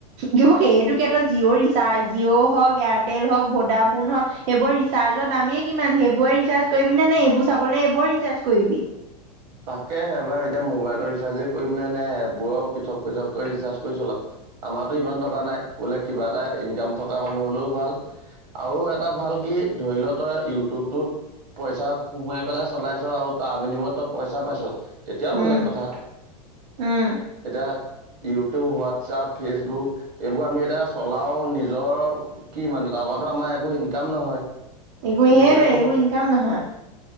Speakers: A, on the right (about 50°); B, on the right (about 75°).
A: কিন্তু সেইটো ক্ষেত্ৰত জিঅ' ৰিচাৰ্জ জিঅ' হওক এয়াৰটেল হওক ভোডাফোন হওক। সেইবোৰ ৰিচাৰ্জৰ দামেই কিমান সেইবোৰে ৰিচাৰ্জ কৰিবি নে এইবোৰ চাবলৈ এইবোৰ ৰিচাৰ্জ কৰিবি?
B: তাকেে এবাৰ এতিয়া মোবাইলৰ ৰিচাৰ্জে কৰিম নে নে এপবোৰৰ পৃথক পৃথক কৰি ৰিচাৰ্জ কৰি চলাম? আমাৰো ইমান টকা নাই বোলে কিবা এটা ইনকাম থকা মানুহ হলেও ভাল। আৰু এটা ভাল কি ধৰি ল তই ইউটিউবটোত। পইচা সোমাই পেলাই চলাইছো আৰু তাৰ বিনিময়ত। পইচা পাইছো তেতিয়াও বেলেগ
A: উম
B: কথা
A: উম
B: এতিয়া। ইউটিউব হোৱাটছআপ ফেচবুক এইবোৰ আমি এতিয়া চলাওঁ নিজৰ। কি মানহ তাৰপৰা আমাৰ একো ইনকাম নহয়।
A: একো
B: গতিকে
A: সেইটোৱে
B: আকৌ
A: একো ইনকাম নহয়